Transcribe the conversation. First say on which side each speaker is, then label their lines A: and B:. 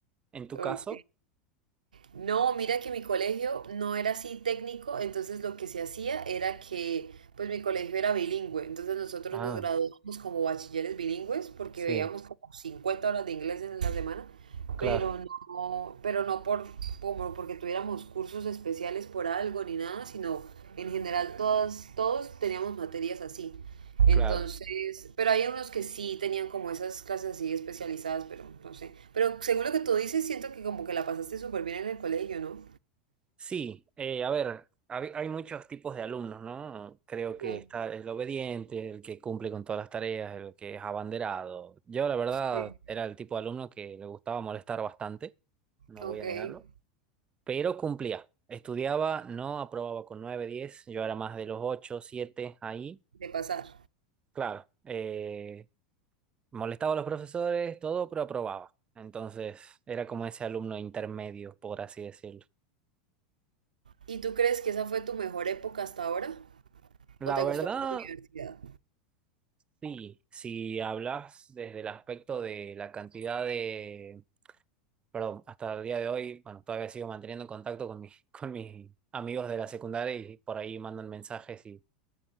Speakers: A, on the right; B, on the right.
A: ¿En tu
B: ok.
A: caso?
B: No, mira que mi colegio no era así técnico, entonces lo que se hacía era que, pues mi colegio era bilingüe, entonces nosotros
A: Ah,
B: nos graduábamos como bachilleres bilingües porque
A: sí,
B: veíamos como 50 horas de inglés en la semana,
A: claro.
B: pero no, pero no por, como porque tuviéramos cursos especiales por algo ni nada, sino en general todas, todos teníamos materias así. Entonces,
A: Claro.
B: pero hay unos que sí tenían como esas clases así especializadas, pero no sé. Pero según lo que tú dices, siento que como que la pasaste súper bien en el colegio, ¿no?
A: Sí, eh, a ver, hab- hay muchos tipos de alumnos, ¿no? Creo que
B: Mm,
A: está el obediente, el que cumple con todas las tareas, el que es abanderado. Yo, la verdad,
B: Sí.
A: era el tipo de alumno que le gustaba molestar bastante, no
B: Ok,
A: voy a
B: de
A: negarlo, pero cumplía. Estudiaba, no aprobaba con 9, 10. yo era más de los 8, 7, ahí.
B: pasar.
A: Claro, eh, molestaba a los profesores, todo, pero aprobaba. Entonces, era como ese alumno intermedio, por así decirlo.
B: ¿Y tú crees que esa fue tu mejor época hasta ahora?
A: La
B: ¿O te gustó
A: verdad.
B: más la universidad?
A: Sí, si hablas desde el aspecto de la cantidad de, perdón, hasta el día de hoy, bueno, todavía sigo manteniendo contacto con mis, <laughs> con mis amigos de la secundaria y por ahí mandan mensajes y,